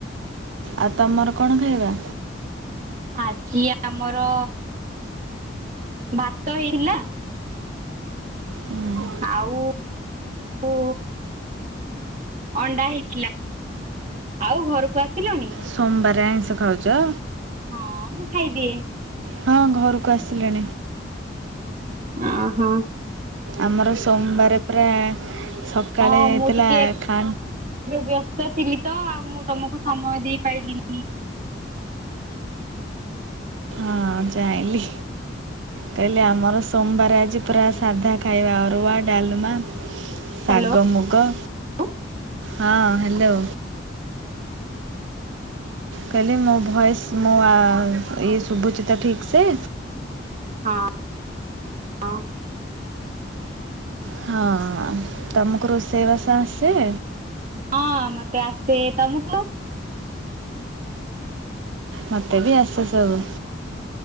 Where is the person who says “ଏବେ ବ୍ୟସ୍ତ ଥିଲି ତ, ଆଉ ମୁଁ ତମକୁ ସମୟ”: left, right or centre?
Right